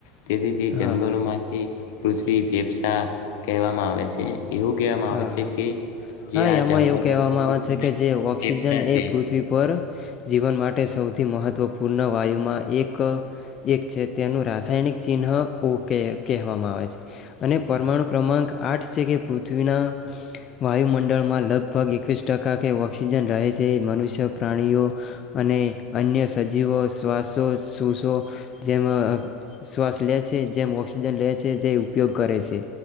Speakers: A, on the left; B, on the left.
A: તેથી તે
B: હા
A: જંગલો માંથી પૃથ્વી ફેફસા કહેવામાં આવે છે. એવું કહેવામાં આવે
B: હા હા
A: છે કે જે
B: હા
A: આ
B: એમાં
A: જંગલો
B: એવું કહેવામાં
A: પૃથ્વીના
B: આવે છે કે જે ઓક્સિજન
A: ફેફસા છે.
B: એ પૃથ્વી પર જીવન માટે સૌથી મહત્વપૂર્ણ વાયુમાં એક એક છે તેનું રાસાયણિક ચિહ્નકે કહેવામાં આવે છે. અને પરમાણુ ક્રમાંક આઠ છે. કે પૃથ પૃથ્વીના વાયુમંડળમાં લગભગ એકવીસ ટકા કે ઓક્સિજન રહે છે એ મનુષ્ય પ્રાણીઓ અને અન્ય સજીવો શ્વાસો શસો જેમ શ્વાસ લે છે જેમ ઓક્સિજન લે છે જે ઉપયોગ કરે છે.